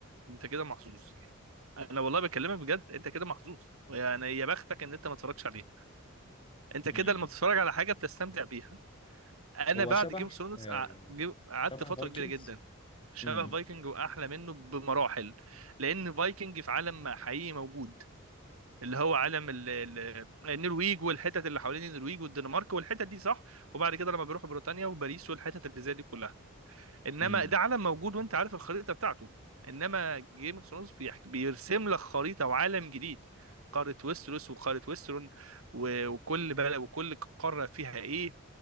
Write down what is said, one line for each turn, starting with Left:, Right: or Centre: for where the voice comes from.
Right: انت كده محظوظ انا والله بكلمك بجد انت كده محظوظ يعني يا بختك ان انت ما تتفرجش عليه انت
Left: <laughs>
Right: كده لما بتتفرج على حاجه بتستمتع بيها انا
Left: هو
Right: بعد
Left: شبه
Right: جيم اوف ثرونز
Left: آه
Right: قعدت
Left: شبه
Right: فتره
Left: فايكنجز
Right: كبيره جدا شبه
Left: امم
Right: فايكنج واحلى منه بمراحل لان فايكنج في عالم حقيقي موجود اللي هو علم ال- ال- النرويج والحتت اللي حوالين النرويج والدنمارك والحتت دي صح وبعد كده لما بيروحوا بريطانيا وباريس والحتت اللي زي دي كلها انما
Left: امم
Right: ده علم موجود وانت عارف الخريطه بتاعته انما جيم اوف ثرونز بيرسم لك خريطه وعالم جديد قاره ويستروس وقاره ويسترون و- وكل بلد وكل قاره فيها ايه